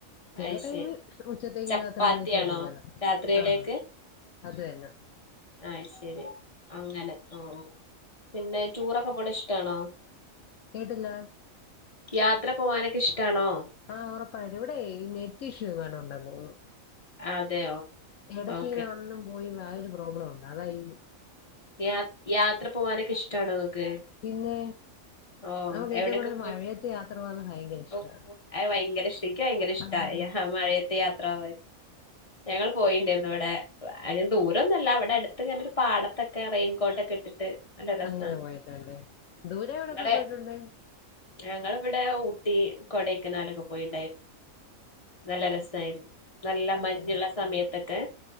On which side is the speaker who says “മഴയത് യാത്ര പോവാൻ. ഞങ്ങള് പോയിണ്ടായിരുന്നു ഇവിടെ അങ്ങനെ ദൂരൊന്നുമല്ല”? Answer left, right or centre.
Left